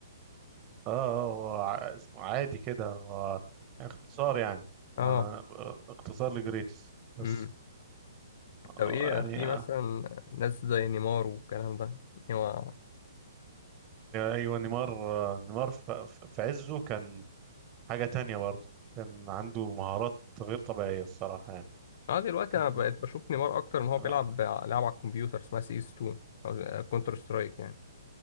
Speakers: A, on the right; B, on the left.
A: اه هو ع- اسمه عادي كده هو اختصار يعني
B: اه
A: انا اختصار لجريتس بس
B: امم طب
A: آه،
B: ايه
A: يعني
B: في
A: آه،
B: مثلا ناس زي نيمار والكلام ده هو
A: ايوه نيمار آه، نيمار ف- ف- في عزه كان حاجة تانية برضه كان عنده مهارات غير طبيعية الصراحة يعني
B: اه دلوقتي
A: كان
B: انا بقيت بشوف نيمار اكتر ان هو بيلعب
A: آه،
B: ع- لعب على الكمبيوتر اسمها سي اس 2 او كونتر سترايك يعني